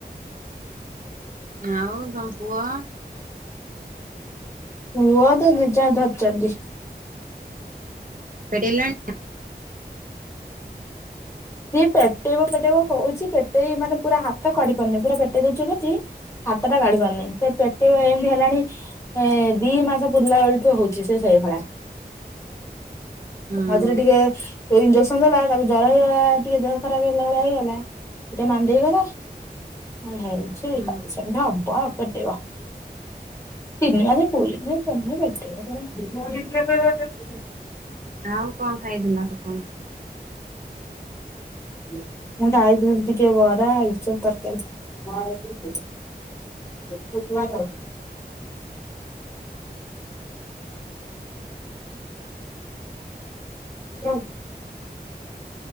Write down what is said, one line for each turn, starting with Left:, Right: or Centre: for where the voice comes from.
Right: ଆଉ ତମ ପୁଅ?
Left: ପୁଅ ତା ଜେଜେମା ଧରିଚନ୍ତି।
Right: ପେଟେଇଲାଣି ଆଁ?
Left: ସିଏ ପେଟେଇବ ପେଟେଇବ ହୋଉଚି ପେଟେଇ ମାନେ ପୁରା ହାତ କାଢ଼ି ପାରୁନେଇ ପୁରା ପେଟେଇ ଦୋଉଚି କରଚି ହାତଟା କାଢ଼ି ପାରୁନେଇ ସେ ପେଟେଇ ଏମତି ହେଲାଣି ଏ ଦି ମାସ ପୁରିଲା ଅଳଠୁ ହୋଉଚି ସେ ସେଇଭଳିଆ।
Right: ହୁଁ
Left: ମଝିରେ ଟିକେ ଏ ଇଞ୍ଜକ୍ସନ ଦେଲା ତାକୁ ଜର ହେଇଗଲା ଟିକେ ଦେହ ଖରାପ ହେଲା ଭଳିଆ ହେଇଗଲା ଏଟା ମାନ୍ଦେଇ ଗଲା। ଆଁ ଧାଉଁଚି
Right: ହୁଁ
Left: ସେମିତି ହବ ଆପ ଟେଇବ। ତିନି ମାସେ ପୁରିନେଇ ପୁରନେ ପେ ଟେଇବ ତାର <unintelligible>
Right: ଆଉ କଁ ଖାଇଥିଲା ସଖାଳୁ?
Left: ମୁଁ ଖାଇଥିଲି ଟିକେ ବରା ଆଳୁଚପ ତରକାରୀ। କେତେ କିଣା ଖାଉଚୁ। ହୁଁ।